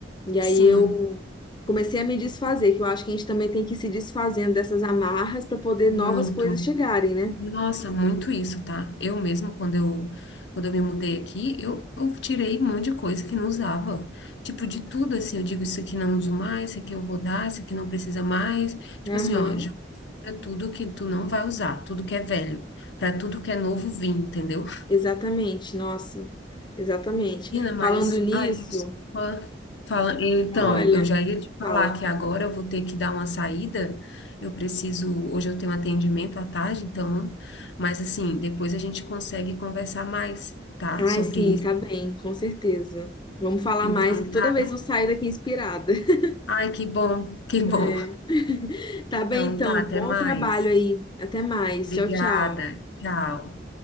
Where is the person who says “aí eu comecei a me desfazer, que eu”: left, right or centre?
Left